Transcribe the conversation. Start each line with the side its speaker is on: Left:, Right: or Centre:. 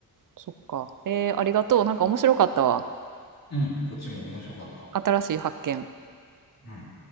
Right: そっか。えー、ありがとう。なんか面白かったわ。
Left: う。うん。こっちも面白かった。
Right: 新しい発見。
Left: うん。